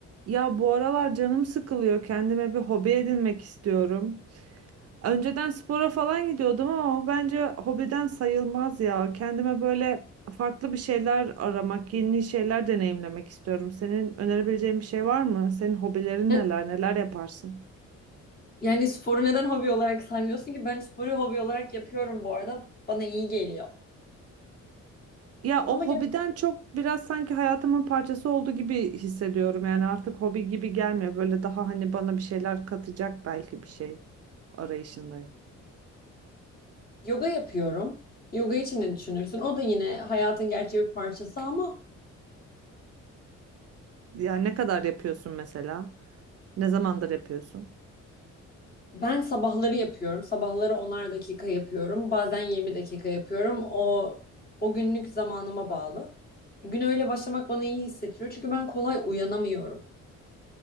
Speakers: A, on the right; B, on the left.
A: Ya bu aralar canım sıkılıyor. Kendime bir hobi edinmek istiyorum. Önceden spora falan gidiyordum ama o bence hobiden sayılmaz ya. Kendime böyle farklı bir şeyler aramak, yeni şeyler deneyimlemek istiyorum. Senin önerebileceğin bir şey var mı? Senin hobilerin
B: Ya-
A: neler, neler yaparsın?
B: Yani sporu neden hobi olarak saymıyorsun ki? Ben sporu hobi olarak yapıyorum bu arada. Bana iyi geliyor.
A: Ya o
B: Ama gel
A: hobiden çok biraz sanki hayatımın parçası olduğu gibi hissediyorum. Yani artık hobi gibi gelmiyor. Böyle daha hani bana bir şeyler katacak belki bir şey arayışındayım.
B: yoga yapıyorum. Yoga için ne düşünürsün? O da yine hayatın gerçek bir parçası ama
A: Yani ne kadar yapıyorsun mesela? Ne zamandır yapıyorsun?
B: ben sabahları yapıyorum. Sabahları onar dakika yapıyorum. Bazen 20 dakika yapıyorum. O o günlük zamanıma bağlı. Güne öyle başlamak bana iyi hissettiriyor. Çünkü ben kolay uyanamıyorum.